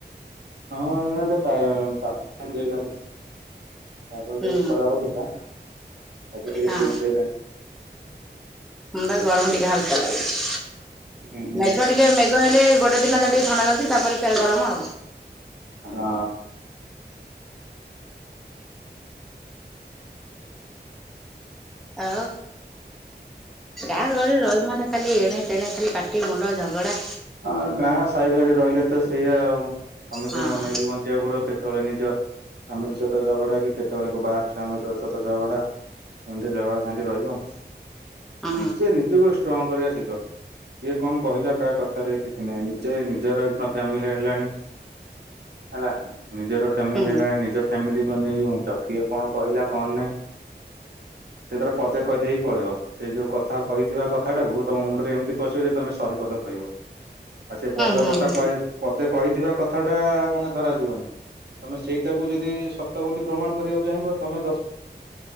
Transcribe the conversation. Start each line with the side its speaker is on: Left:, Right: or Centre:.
Right: ହଁ ଏଇନା ତ ପା <unintelligible> ପାଗ
Centre: ହୁଁ
Right: ଯୋଉ ଖରା ହଉଥିଲା ପାଗ ଟିକେ
Centre: ହଁ
Right: ଚେଞ୍ଜ ହେଲାଣି।
Centre: ଥଣ୍ଡା ଗରମ ଟିକେ ହାଲକା ଲାଗୁଛି।
Right: ହେଇଗଲାଣି।
Centre: ମେଘ ଟିକେ ମେ ଘ ହେଲେ ଗୋଟେ ଦିନ ଯାହା ଟିକେ ଥଣ୍ଡା ଲାଗୁଛି ତାପରେ ଫେର ଗରମ ଆଉ।
Right: ହଁ।
Centre: ଆଉ ଗାଁ ଗହଳିରେ ରହିବୁ ମାନେ ଖାଲି ଏଣେ ତେଣେ ଖାଲି ପାଟି, ମୁଣ୍ଡ, ଝଗଡ଼ା
Right: ହଁ ଗାଁ ସାହି ଭାଇରେ ରହିଲେ ତ ସେଇଆ ଆଉ ସମସ୍ତିଙ୍କୁ
Centre: ହଁ।
Right: ଅନେଇକି ବନ ଞ୍ଚି ବାକୁ ପଡ଼ିବ କେତେବେଳେ ନିଜ ଫ୍ୟାମିଲି ସହିତ ଝଗଡ଼ା କି କେତେବେଳେ ବାହାର ଛୁଆଙ୍କ ସହିତ ଝଗଡ଼ା ଏମିତି ଝଗଡ଼ା ଝାଣ୍ଟି ରହିବ।
Centre: ହୁଁ
Right: ନିଜେ ନିଜକୁ ଷ୍ଟ୍ରଙ୍ଗ କରିବା ଶିଖ କିଏ କଣ କହିଲା କାହା କ ଥା ରେ କିଛି ନାହିଁ ନିଜେ ନିଜର ଫ୍ୟାମିଲି ହେଲାଣି ହେଲା ନିଜର ଫ୍ୟାମିଲି
Centre: ହୁଁ
Right: ହେଲା ନିଜ ଫ୍ୟାମିଲିକୁ ଅନେଇକି ବଞ୍ଚ କିଏ କଣ କହିଲା କଣ ନାଇଁ? ସିଏ ତାର ପଦେ କହିଦେଇ ପଳେଇବ ସେ ଯୋଉ କଥା କହିଥିବା କଥାଟାକୁ ତମ ମୁଣ୍ଡରେ ଏମିତି ପଶିବ ଯେ ତମେ ଶହେ ପଦ କହିବ। ଆଉ ସେ ପଦ
Centre: ହୁଁ ହୁଁ
Right: କଥା
Centre: ହୁଁ
Right: କହି ପଦେ କହିଥିବା କଥାଟା ମାନେ ଧରାଯିବନି। ତମେ ସେଇଟାକୁ ଯଦି ସତ ବୋଲି ପ୍ରମାଣ କରିବାକୁ ଚାହିଁବ ତମେ ଦଶ।